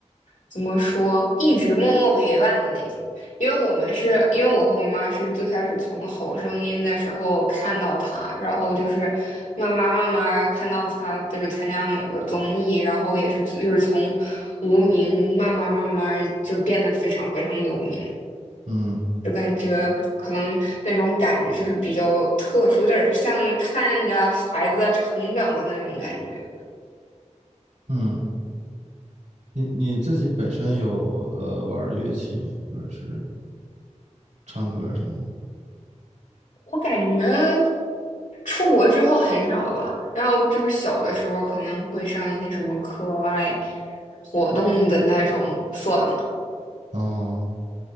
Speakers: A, on the left; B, on the right.
A: 怎么说，一直默默陪伴的类型。因为我们是，因为我和我妈是最开始从《好声音》的时候看到他，然后就是慢慢慢慢看到他，就是参加每个综艺，然后也是就是从无名慢慢慢慢就变得非常非常有名，
B: 嗯
A: 就感觉可能那种感觉就是比较特殊，有点儿像看着孩子成长的那种感觉。
B: 嗯，你你自己本身有呃玩儿乐器吗？或者是唱歌什么的？
A: 我感觉出国之后很少了吧，然后就是小的时候肯定会上一些什么课外活动的那种算了，
B: 哦，